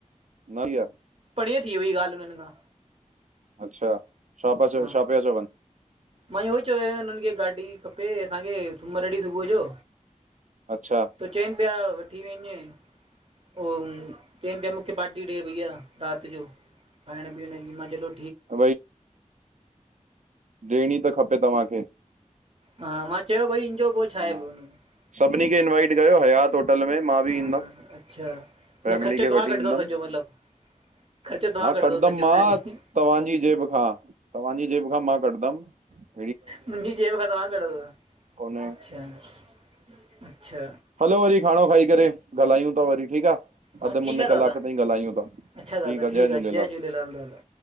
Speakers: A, on the right (about 65°); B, on the right (about 45°).
A: न थी आ।
B: परीय थी हुई ॻाल्हि हुननि खां।
A: अच्छा, छा पा चव,
B: हा
A: छा पया चवन?
B: मां इहो ई चयो हुननि खे, गाॾी खपे असांखे, सूमरु ॾिंह सुबुह जो।
A: अच्छा!
B: त चइनि पिया, वठी वञजईं। ओ म चयनि पिया, मूंखे पार्टी ॾे भईया, रात जो। खाइण-पीअण जी, मां च लो।
A: <unintelligible> तहिंखां पो तव्हांखे,
B: हा मां चयो भई हिनजो पोइ छा
A: हा!
B: आहे पोइ हुन में
A: सभिनी खे इनवाइट कयो, हयात होटल में। मां बि
B: हा
A: ईंदमि,
B: अच्छा
A: फैमली
B: न ख़र्चो
A: खे
B: तव्हां
A: वठी
B: कढंदो
A: ईंदमि।
B: सॼो मतिलबु ख़र्चो तव्हां
A: हा
B: कढंदो
A: कढदमि
B: सॼो
A: मां,
B: हानी
A: तव्हां पंजी जेब खां, तव्हांजी जेब खां मां कढंदमि।
B: मुंहिंजी जेब ख़ां तव्हां कढंदव?
A: कोन्हे
B: अच्छा-अच्छा!
A: हलो वरी खाणो खाई करे, ॻाल्हायूं ता वरी ठीकु आह।
B: हा
A: अध
B: ठीकु
A: मुने
B: आहे
A: कलाक
B: दादा
A: ताईं ॻाल्हायूं था,
B: अच्छा
A: ठीकु
B: दादा
A: आ जय झूलेलाल।
B: आहे दादा